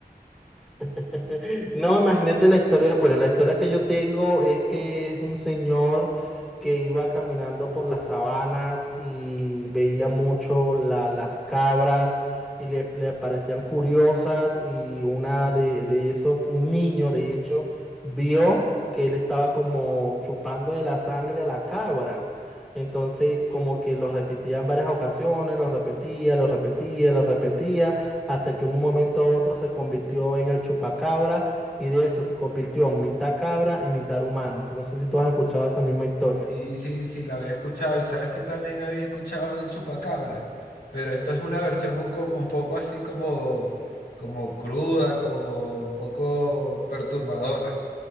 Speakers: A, in the centre; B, on the left (about 80°).
A: <laughs> No, imagínate la historia. Bueno, la historia que yo tengo es que es un señor que iba caminando por las sabanas y veía mucho la- las cabras y le, le parecían curiosas y una de, de eso, un niño de hecho, vio que él estaba como chupando de la sangre a la cabra. Entonces, como que lo repetía en varias ocasiones, lo repetía, lo repetía, lo repetía hasta que en un momento a otro se convirtió en el chupacabra y de hecho se convirtió en mitad cabra y mitad humano. No sé si tú has escuchado esa misma historia.
B: Sí, sí, sí, la había escuchado y sabes que también había escuchado del chupacabra, pero esto es una versión un, co- un poco así como, como cruda, como un poco perturbadora.